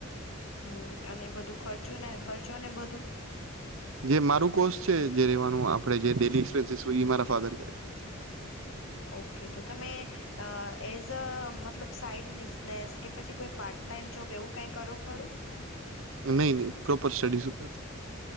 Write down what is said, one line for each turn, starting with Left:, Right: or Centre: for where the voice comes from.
Left: હમ્મ અને બધું ખર્ચું ને ખર્ચો ને બધું?
Right: જે મારું કોર્સ છે જે રેવાનું આપડે <unintelligible> મારા ફધર કરે છે.
Left: ઓકે તો તમે એઝ અ મતલબ સાઈડ બિઝનેસ કે પછી કોઈ પાર્ટ ટાાઈમ જોબ એવું કઈ કરો ખરું?
Right: નહી નહી પ્રોપર સ્ટડીઝ ઉપર.